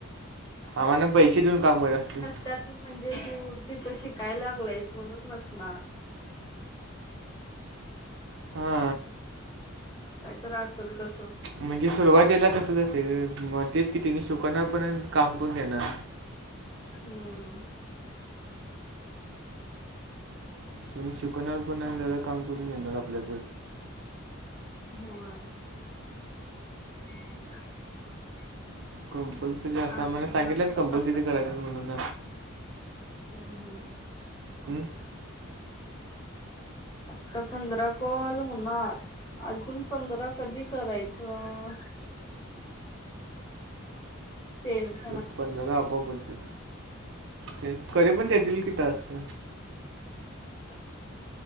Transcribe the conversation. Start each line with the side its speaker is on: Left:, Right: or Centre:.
Right: आम्हाला पैसे देऊन काम करायच असतय
Left: त्यात म्हणजे तू तिथं शिकायला लागलायस म्हणून नसणार.
Right: हा
Left: काय तर असल तसं.
Right: म्हणजे सुरुवातिला तसच असतय ग म तेच कि तेनी शिकवणार पण आणि काम करून घेणार.
Left: हम्म
Right: त्यांनी शिकवणार पण आणि ज्यादा काम करून घेणार आपल्या
Left: होय <inaudible>
Right: कंपल्सरी अस
Left: अजून
Right: आम्हाला सांगितल्यात
Left: आता
Right: कंपल्सरी
Left: पंधरा
Right: करायचच म्हणून
Left: हम्म हम्म
Right: हं
Left: आता पंधरा कॉल होणार अजून पंधरा कधी करायचं टेन्स
Right: ते पंधरा आपोआप होत्यात, ते कधी पण देतील कि टास्क
Left: <inaudible>